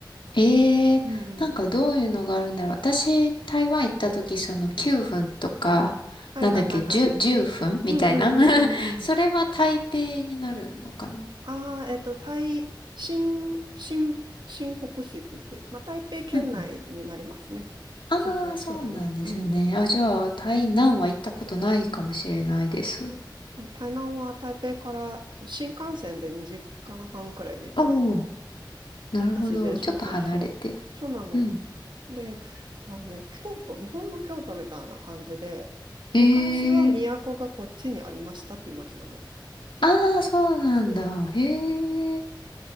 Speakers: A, on the left; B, on the right.
A: ええなんかどういうのがあるんだろう。
B: うんうん。
A: 私、台湾行った時、その9分とか、
B: はいはいはいはい。
A: なんだっけ、10、分みたいな。
B: うんうんうんうんうん。
A: <laughs> それは台北になるのかな。
B: ああ、えっと、台、新、新、新北市って言って、まあ、台北県内になりますね。
A: うんうん。ああ、
B: そうそう、そうだね。
A: そうなんですね。
B: うんうん。
A: あ、じゃあ、台南は行ったことないかもしれないです。
B: そう、台南は台北からと新幹線で2時間半くらいで行く
A: おお、なるほど。
B: 私で、そうそうそう。
A: ちょっと離れてる。
B: そうなの。
A: うん。
B: で、あのね、京都、日本の京都みたいな感じで、
A: ええ
B: 昔は都がこっちにありましたっていう町なの。
A: ああ、そうなんだ。
B: うん。
A: へえ。